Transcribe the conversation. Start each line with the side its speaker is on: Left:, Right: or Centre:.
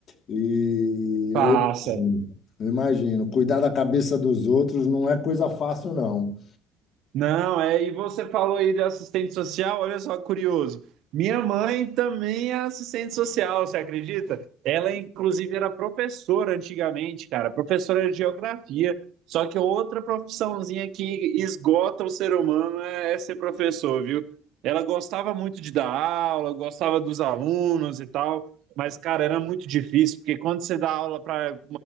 Left: E
Right: passa,
Left: eu imagino, eu imagino, cuidar da cabeça dos outros não é coisa fácil, não.
Right: Não, é, e você falou aí de assistente social, olha só, curioso. Minha mãe também é assistente social, você acredita? Ela, inclusive, era professora antigamente, cara, professora de geografia. Só que outra profissãozinha que esgota o ser humano é, é ser professor, viu? Ela gostava muito de dar aula, gostava dos alunos e tal, mas, cara, era muito difícil, porque quando você dá aula para